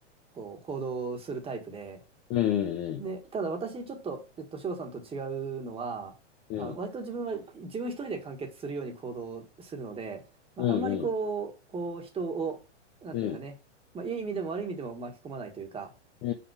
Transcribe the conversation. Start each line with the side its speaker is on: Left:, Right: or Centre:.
Right: こう行動するタイプで、
Left: うん。うん。
Right: で、ただ私ちょっと、えっと、翔さんと違うのは、
Left: うん。
Right: あ、割と自分は自分一人で完結するように行動するので、まあ、
Left: うん。
Right: あんまりこう、こう人を、なんていうのかね、
Left: うん。
Right: まあ、いい意味でも悪い意味でも巻き込まないというか、
Left: うん。